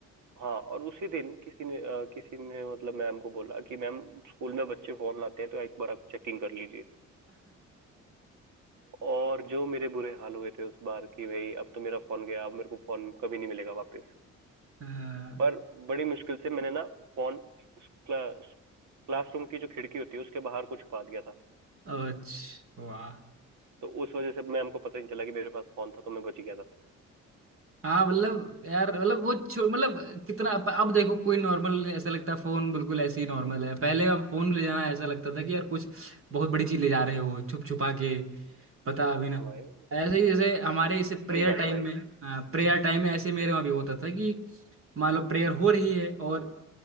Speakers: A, on the right; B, on the right.
A: हाँ और उसी दिन किसी ने अ, किसी ने मतलब मैम को बोला कि मैम स्कूल में बच्चे फोन लाते हैं तो एक बार आप चेकिंग कर लीजिए और जो मेरे बुरे हाल हुए थे उस बार कि भाई अब तो मेरा फोन गया अब मेरे को फोन कभी नहीं मिलेगा वापस
B: हाँ,
A: पर बड़ी मुश्किल से मैंने ना फोन क्लास क्लासरूम की जो खिड़की होती है उसके बाहर को छुपा दिया था
B: अच्छा वाह
A: तो उस वजह से मैम को पता नहीं चला कि मेरे पास फोन था तो मैं बच गया था
B: हाँ मतलब यार मतलब वो छो- मतलब कितना अब अब देखो कोई नॉर्मल ऐसा लगता है फोन बिल्कुल ऐसे ही नॉर्मल है पहले अब फोन ले जाना ऐसा लगता था कि यार कुछ बहुत बड़ी चीज ले जा रहे हो छुप छुपा के पता अभी ना
A: हाँ भाई
B: ऐसे ही जैसे हमारे इसे प्रेयर
A: सही बात
B: टाइम
A: है भाई
B: में हाँ, प्रेयर टाइम में ऐसे मेरे वहाँ भी होता था कि मान लो प्रेयर हो रही है और